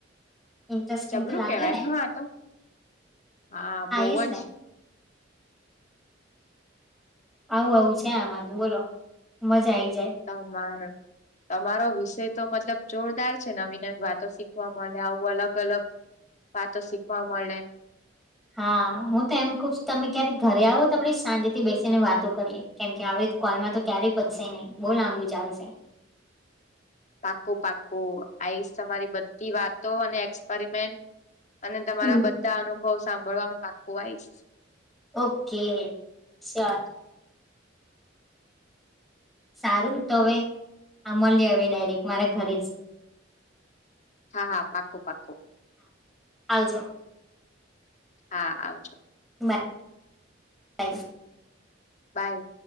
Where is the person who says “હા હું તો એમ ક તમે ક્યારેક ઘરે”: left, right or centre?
Centre